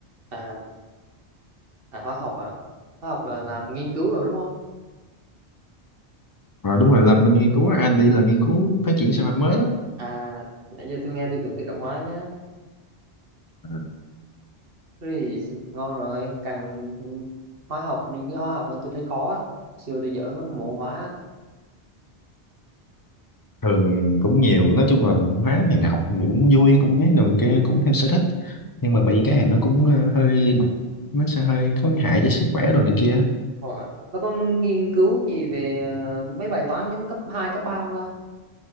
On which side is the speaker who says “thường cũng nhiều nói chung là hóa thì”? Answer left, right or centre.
Left